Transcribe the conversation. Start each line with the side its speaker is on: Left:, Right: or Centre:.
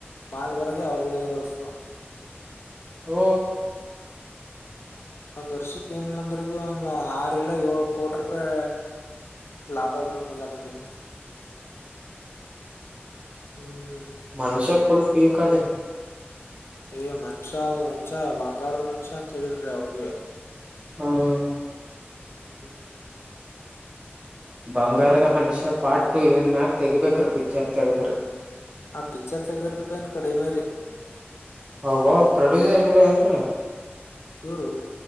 Left: ಬಾಲ್ ಬರೋದೆ ಅವ್ರು ಬಿಗೆ ಬರ್ತ
Right: ಹ್ಮ
Left: ಒಂದ್ ವರ್ಷಕ್ ಏನಿಲ್ಲಾ ಅಂದ್ರಗ ಒಂದು ಆರು ಇಲ್ಲ ಏಳು ಕೋಟಿ ರೂಪಾಯಿ ಲಾಭ ಬರೋರ ಈಗ ಅದ್ರಲ್ಲಿಂತ ಹ್ಮ್
Right: ಮನುಷ್ಯ ಪುಲ್ ಪೀಕ್ ಅದ್ರೀ
Left: ಏ ಮನುಷ್ಯ ಅದು ಮನ್ಷ್ಯ ಬಂಗಾರದ ಮನುಷ್ಯ ಅಂತ ತಿಳ್ರಗೆ
Right: ಹ್ಮ್
Left: ಹ್ಮ್
Right: ಬಂಗಾರದ ಮನುಷ್ಯ ಪಾರ್ಟ್ ಟು ಇವನ್ ಮ್ಯಾಗ ತೆಗಿಬೇಕ್ರ ಪಿಕ್ಚರ್ ತೆಗೆದ್ರರು
Left: ಆ ಪಿಕ್ಚರ್ ತೆಗೆದ್ರ ಪನ್ ಕಡಿಮರಿ
Right: ಹೌ ಪ್ರೊಡ್ಯೂಸರ್ ಇವರ ಏನ್ ರೀ
Left: ಇವರು